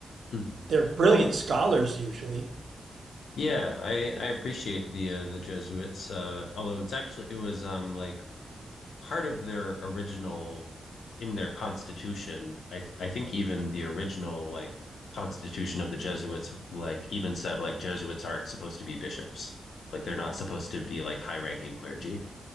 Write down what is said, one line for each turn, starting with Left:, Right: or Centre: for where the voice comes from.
Left: Mhm.
Right: they're brilliant
Left: Well,
Right: scholars usually.
Left: yeah, I I appreciate the uh, the Jesuits. Uh, although it's actually it was um like part of their original in their constitution, I th- I think even the original like constitution of the Jesuits like even said like Jesuits aren't supposed to be bishops. Like they're not supposed to be like high ranking clergy.